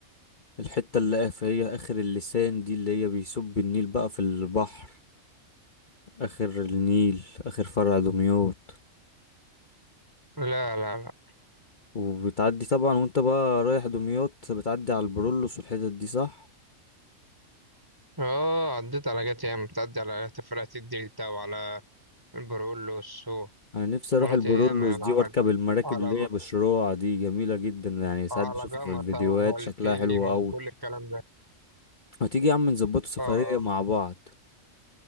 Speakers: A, on the left (about 40°); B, on the right (about 15°).
A: الحتة اللي في هي آخر اللسان دي اللي هي بيصب النيل بقى في البحر آخر النيل آخر فرع دمياط
B: لا لا لا
A: وبتعدي طبعا وانت بقى رايح دمياط بتعدي على البرولوس والحتت دي صح؟
B: اه عديت على جات ياما بتعدي على تفرقة الدلتا وعلى البرولوس
A: أنا نفسي أروح
B: ومرات
A: البرولوس
B: ياما يعني
A: دي
B: على
A: وأركب المراكب
B: على
A: اللي هي بشراع دي جميلة جدا يعني ساعات
B: على
A: بشوفها
B: جمطة
A: في الفيديوهات
B: وبلطيم
A: شكلها حلو أوي
B: وكل الكلام ده
A: ما تيجي يا عم نظبطوا سفرية
B: اه
A: مع بعض